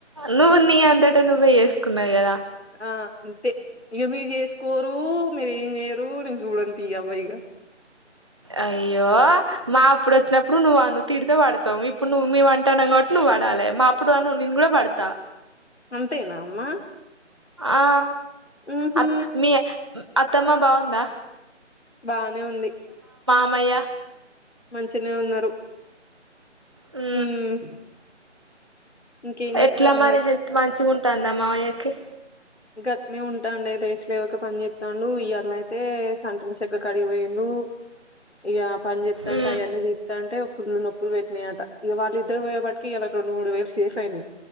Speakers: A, on the right; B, on the left.
A: నువ్వు నీ అంతట నువ్వే వేసుకున్నయి కదా
B: ఆ అంతే మీరు చేసుకోరు మీరు ఏం చేయ రు నేను జూడనివితీ యవ్వ ఇగా
A: అయ్యో మా అప్పుడు వచ్చినప్పుడు నువ్వు అను తిడితే వడతాం. ఇప్పుడు నువ్వు మీ వంటనం కాట్టి నువ్వు వడాలె, మా అప్పుడు అను నేను కూడా వడతా.
B: అంతేనా అమ్మా
A: ఆ
B: ఉహూ
A: అప్ మీ అత్తమ్మ బాగుందా
B: బానే ఉంది
A: మయా
B: మంచినే ఉన్నారు
A: ఊ
B: ఉమ్ ఇంకేం చేత్తారు
A: ఎట్లా మరి హెల్త్ మంచి ఉంటాందా మావయ్యకి
B: గట్టినే ఉంటాడి రస్లుక పని చెస్తాండు యాల్నా అయితే సంట్రంచక కడిగిపోయిళ ఇక పని చేస్తాంట
A: మ్మ్
B: అవన్నీ తస్తా అంటే ఫుల్లు నొప్పులు పెట్టినాయియట ఇకళ్ళ ఇద్దరు పోయేప్పటికి ఇలా రెండు మూడు వేలు సేఫ్ అయినయి